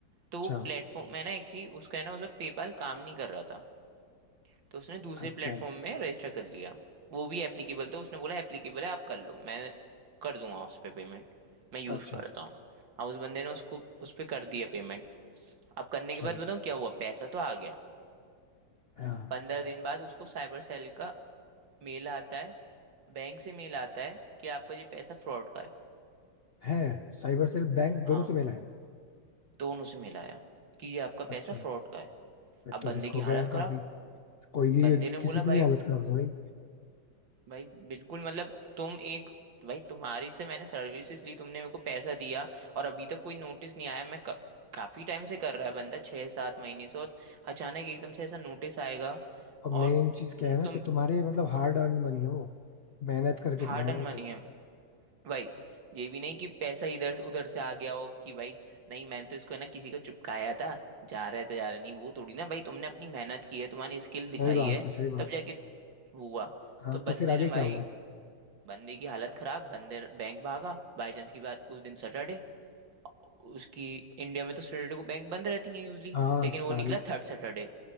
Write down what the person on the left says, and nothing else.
अच्छा
अच्छा
अच्छा
अच्छा
हाँ
है साइबर सेल बैंक
दोनों से मिला है
अच्छा
फिर
तो
रिस्क
हो गया
यार काफी
कोई भी
किसी
की भी
हालत खराब हो जाए भाई
और मेन
चीज क्या है ना
कि तुम्हारे मतलब हार्ड अर्न मनी है वो मेहनत करके
कमाए
वो
तो
सही बात
है सही बात
है
हाँ
तो
फिर आगे
क्या
हुआ
हाँ
सारी